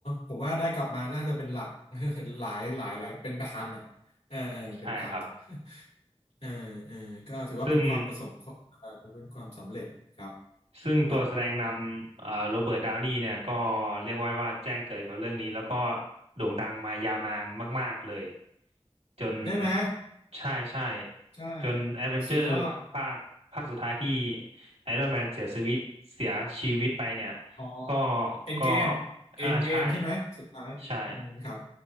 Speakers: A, on the left (about 80°); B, on the right (about 85°).
A: ผมว่าได้กลับมาน่าจะเป็นหลัก <laughs> หลายหลายหลายเป็นพันอ่ะเออเออเป็นพันอ่ะ
B: ใช่ครับ
A: <laughs> เออเออก็ถือว่าเป็นความประสบ
B: ซึ่ง
A: เออเป็นความสำเร็จครับ
B: ซึ่งตัวแสดงนำเอ่อโรเบิร์ตดาวนีเนี่ยก็
A: ครับ
B: เรียกว่าว่าแจ้งเกิดกับเรื่องนี้แล้วก็โด่งดังมายาวนานมากๆเลย จน
A: ใช่ไหม
B: ใช่ใช่
A: ใช่
B: จนแอดเวนเจอร์ภาคภาคสุดท้ายที่
A: สุดยอด
B: ไอรอนแมนเสียชีวิตเสียชีวิตไปเนี่ย
A: อ๋อ
B: ก็
A: เอ็นเกมเอ็นเกมใช่ไหมสุดท้ายอืมครับ
B: ก็อ่าใช่ใช่